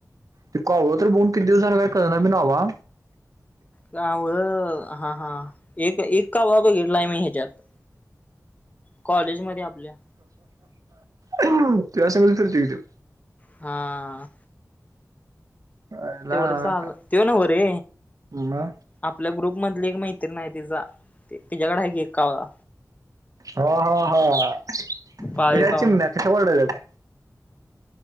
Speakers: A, on the right (about 65°); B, on the left (about 25°).
A: ती कावळ तर बगून किती दिवस झालं काय कळणा पण बाबा
B: कावळं हा हा एक एक कावळा बघितलाय मी ह्याज्यात कॉलेजमध्ये आपल्या
A: तुझ्यासंगच फिरतोय कि त्यो
B: हा
A: आयला
B: तेवढं चाल त्यो नव्ह रे
A: मग
B: आपल्या ग्रुप मधली एक मैत्रीण हाय तिजा तिच्याकड हाय की एक कावळा
A: हो हो हो कि
B: पाळीव
A: ड्या
B: कावळा
A: चिमण्या काय वरडायल्यात